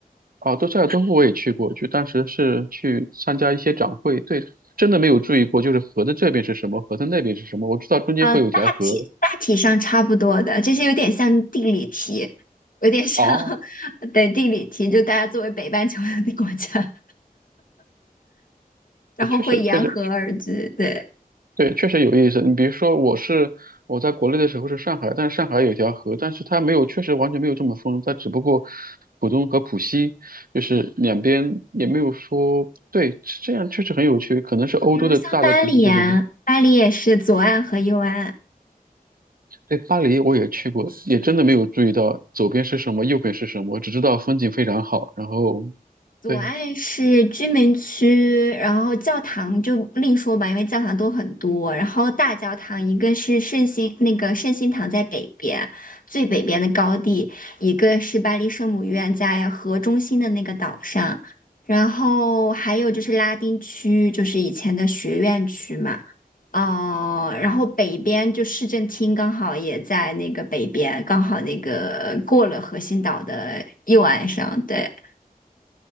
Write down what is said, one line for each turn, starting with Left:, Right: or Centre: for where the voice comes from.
Right: 啊，都塞尔多夫我也去过，就当时是去参加一些展会，对，真的没有注意过，就是河的这边是什么，河的那边是什么，我知道中间会有条河
Left: 啊，大体大体上差不多的，这些有点像地理题，有点像
Right: 啊，
Left: <laughs> 对地理题，就大家作为北半球的国家，然后会沿河而居，
Right: 对确实确实
Left: 对，
Right: 对，确实有意思。你比如说，我是我在国内的时候是上海，但是上海有条河，但是它没有，确实完全没有这么疯，它只不过浦东和浦西就是两边也没有说，对，这样确实很有趣，可能是欧洲的大的城市，
Left: 比如像巴黎啊，
Right: 对对对。
Left: 巴黎也是左岸和右岸啊
Right: 对，巴黎我也去过，也真的没有注意到左边是什么，右边是什么，只知道风景非常好。然后，
Left: 左岸是居民区，
Right: 对
Left: 然后教堂就另说吧，因为教堂都很多。然后大教堂一个是圣心那个圣心堂在北边，最北边的高地，一个是巴黎圣母院在河中心的那个岛上，然后还有就是拉丁区，就是以前的学院区嘛。哦，然后北边就市政厅刚好也在那个北边，刚好那个过了核心岛的右岸上，对。